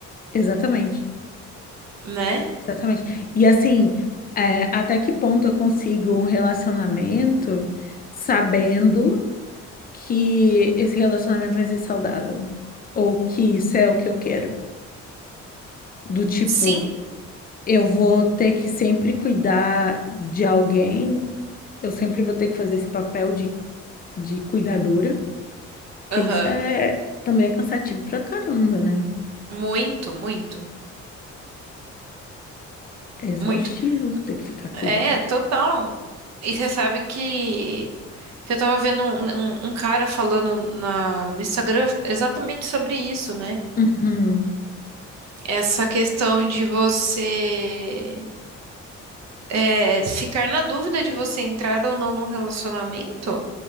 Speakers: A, on the left; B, on the right.
A: exatamente,
B: né?
A: exatamente. E assim, é, até que ponto eu consigo um relacionamento sabendo que esse relacionamento vai ser saudável. Ou que isso é o que eu quero. Do tipo,
B: Sim,
A: eu vou ter que sempre cuidar de alguém, eu sempre vou ter que fazer esse papel de, de cuidadora, porque
B: aham,
A: isso é também é cansativo pra caramba, né?
B: Muito, muito,
A: É exaustivo
B: muito.
A: ter que ficar cuidando.
B: É, total. E você sabe que, que eu tava vendo um, um um cara falando na, no Instagram exatamente sobre isso, né?
A: Uhum,
B: Essa questão de você é, ficar na dúvida de você entrar ou não num relacionamento,